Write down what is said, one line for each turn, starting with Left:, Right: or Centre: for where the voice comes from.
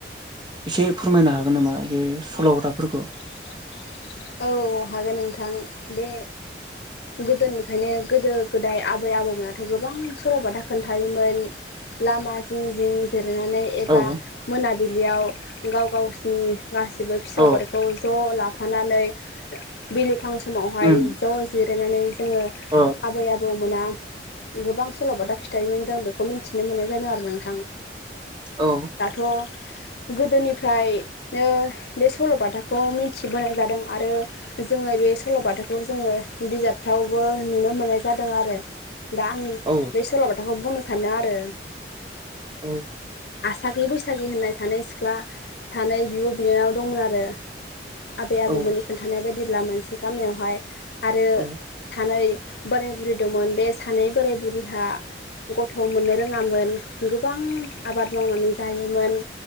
Right: एसे फोरमायनो हागोन नामा जे सल'थाफोरखौ
Left: ब म <unintelligible> औ औ हागोन नोंथां बे गोदोनिफ्रायनो गोदो गो दाय आबै आबौमोनाथ' गोबां सल'बाथा खोनथायोमोन लामा जिं जिं जिरायनानै एबा
Right: औ
Left: मोनाबिलियाव गाव गावसिनि गासिबो फिसौफोरखौ
Right: औ
Left: ज' लाफानानै बिलिफां समावहाय
Right: उम
Left: ज' जिरायनानै जोङो
Right: अ
Left: आबै आबौ बौ मोना गोबां सल'बाथा खिथायोमोन जों बेखौ मिनथिनो मोननाय जादों आरो नोंथां।
Right: औ
Left: दाथ' गोदोनिफ्रायनो बे सल'बाथाखौ मिथिबोनाय जादों। आरो जोङो बे सल'बाथाखौ जोङो बिजाब फ्रावबो नुनो मोननाय जादों आरो दा आं
Right: औ
Left: बे सल'बाथाखौ बुंनो सानो आरो।
Right: औ
Left: आसागि बैसागि होननाय सानै सिख्ला सानै बिब' बिनानाव दंमोन आरो। आबै आबौमोननि
Right: औ
Left: खोनथानाय बायदिब्ला मोनसे गामियावहाय आरो
Right: औ
Left: सानै बोराय बुरै दंमोन बे सानै बोराय बुरैहा गथ' मोननो रोङामोन गोबां आबाद मावनानै जायोमोन।